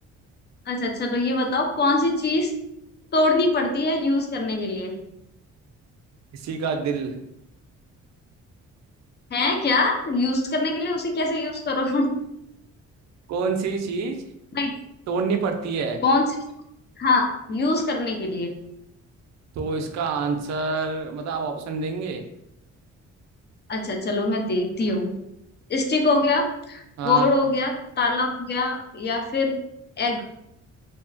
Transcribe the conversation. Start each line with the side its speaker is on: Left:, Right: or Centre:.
Left: अच्छा अच्छा तो ये बताओ कौन सी चीज तोड़नी पड़ती है यूज करने के लिए
Right: किसी का दिल
Left: है क्या यूज करने के लिए उसे कैसे यूज करो <laughs>
Right: कौन सी चीज
Left: नहीं
Right: तोड़नी पड़ती है
Left: कौन सी हाँ यूज करने के लिए
Right: तो इसका आंसर मतलब आप ऑप्शन देंगे
Left: अच्छा चलो मैं देखती हूँ स्टिक हो गया
Right: हाँ
Left: गोल हो गया ताला हो गया या फिर एग